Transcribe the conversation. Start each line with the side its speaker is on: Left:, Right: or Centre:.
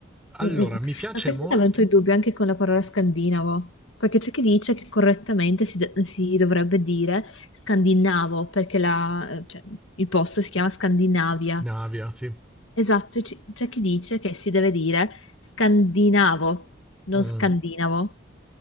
Centre: Allora,
Left: Mm-mm.
Centre: mi piace
Left: Ma sai
Centre: molto
Left: che mi avrei i dubbi anche con la parola scandinavo? Perché c'è chi dice che correttamente si, de- si dovrebbe dire scandinavo, perché la- eh, cioè, il posto si chiama Scandinavia.
Centre: Navia, sì.
Left: Esatto, e ci- c'è chi dice che si deve dire scandinavo, non
Centre: Mm.
Left: scandinavo.